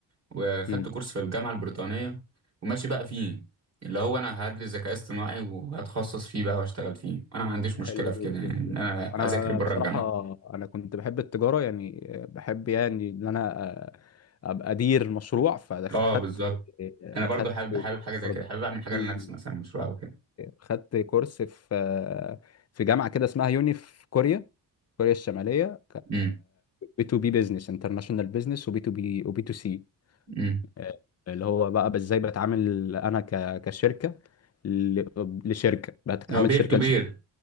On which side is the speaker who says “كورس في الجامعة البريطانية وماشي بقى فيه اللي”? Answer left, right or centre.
Right